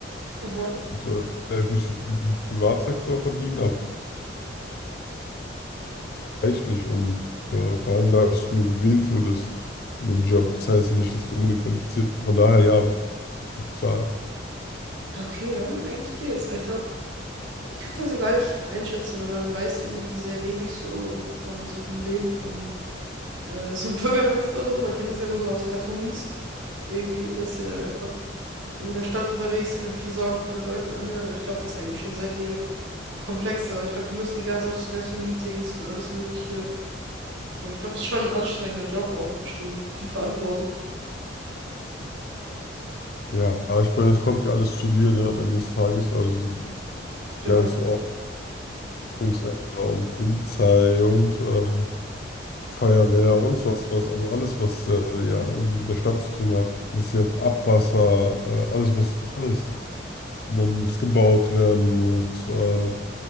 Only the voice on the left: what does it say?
und äh, vielleicht nicht so viel im Privatsektor verdienen, aber reichlich und äh, vor allem da, dass du nur gewählt wurdest in den Job. Das heißt ja nicht, dass du unbedingt qualifiziert bist. Von daher, ja, wird bezahlt.
Ja, ich meine, es kommt ja alles zu dir, ne, am Ende des Tages, also die
ganzen Ordnungsämter und Polizei und äh, Feuerwehr und sonst was, also alles, was äh, ja irgendwie mit der Stadt zu tun hat. Das ist ja Abwasser, äh, alles, was, alles, wenn es gebaut werden muss, äh,